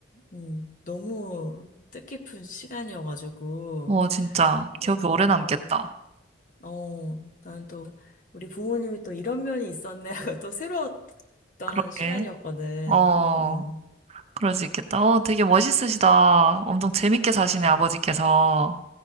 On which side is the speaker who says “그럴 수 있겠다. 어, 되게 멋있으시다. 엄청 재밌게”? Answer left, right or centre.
Right